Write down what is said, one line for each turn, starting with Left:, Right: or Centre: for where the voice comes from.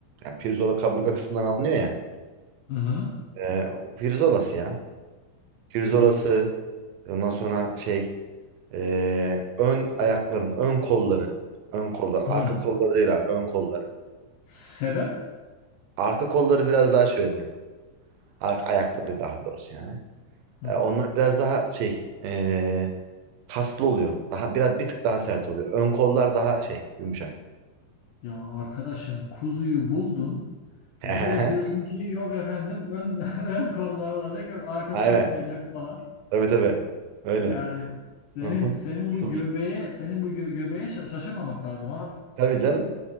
Right: yani pirzola kaburga
Left: Hı
Right: kısmından alınıyor ya.
Left: hı.
Right: Ee, o pirzolası ya. Pirzolası
Left: Hı
Right: ondan sonra şey ee, ön ayakların ön kolları. Ön kolları. Arka
Left: hı.
Right: kolları değil abi ön kolları.
Left: Sebep?
Right: Arka kolları biraz daha şey oluyor. Arka ayakları daha doğrusu yani.
Left: Hı.
Right: Ee, onlar biraz daha şey ee, kaslı oluyor. Daha biraz bir tık daha sert oluyor. Ön kollar daha şey yumuşak.
Left: Ya arkadaşım kuzuyu buldun.
Right: <laughs>
Left: Bir de diyorsun ki yok efendim ön, <laughs> ön kollar olacak yok arkası
Right: Aynen.
Left: olmayacak falan.
Right: Tabii tabii. Öyle.
Left: Yani senin
Right: Hı hı.
Left: senin bu
Right: Kuz-
Left: göbeğe senin bu gö- göbeğe şa- şaşırmamak lazım abi.
Right: Tabii canım.